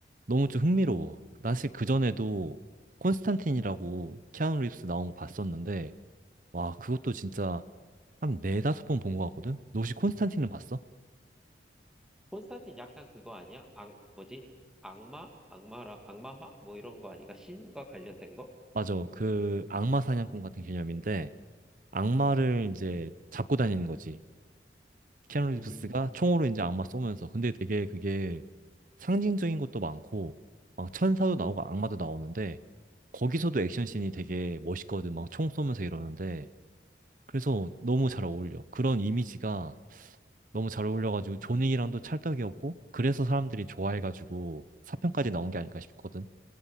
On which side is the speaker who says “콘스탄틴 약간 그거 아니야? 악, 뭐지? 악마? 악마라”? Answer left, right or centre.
Centre